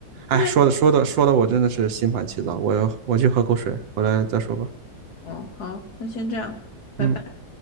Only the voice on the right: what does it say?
哎，
说的说的说的，我真的是心烦气躁。我我去喝口水，回来再说吧。
嗯。